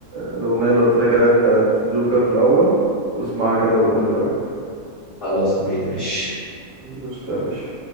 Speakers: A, on the right; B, on the left.
A: الاغنيه اللي قلت لك عليها بتاعت جوكر في الاول واسمعها كده وقول لي رايك
B: خلاص أمين ماشي
A: قشطة يا باشا